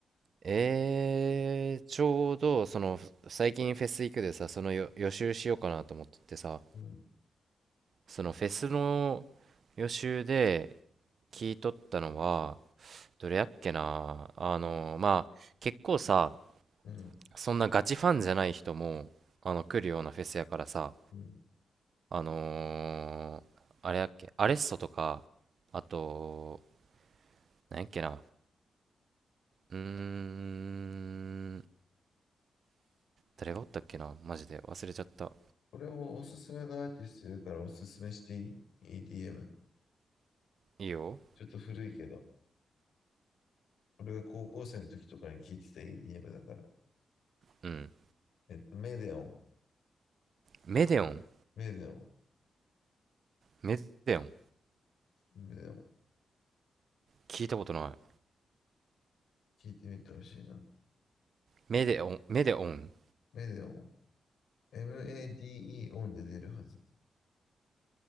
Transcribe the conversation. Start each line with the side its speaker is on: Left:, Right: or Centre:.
Right: えー、ちょうど、その、最近フェス行くでさ、そのよ予習しようかなと思っててさ、
Left: うん、
Right: そのフェスの予習で聞いとったのは、どれやっけなあのまあ結構さ
Left: うん、
Right: そんなガチファンじゃない人もあの来るようなフェスやからさ
Left: うん。
Right: あのーあれやっけアレッソとかあとなんやっけなうーん誰がおったっけなマジで忘れちゃった
Left: これもおすすめのアーティストいるからおすすめしていい ?EDM。
Right: いいよ
Left: ちょっと古いけど、俺が高校生の時とかに聞いてた EDM だから。
Right: うん
Left: えっと、メデオン、
Right: メデオン
Left: メデオン、
Right: メデオン
Left: メデオン。
Right: 聞いたことない
Left: 聞いてみてほしいな。
Right: メデオンメデオン
Left: メデオン。MADE オンで出るはず。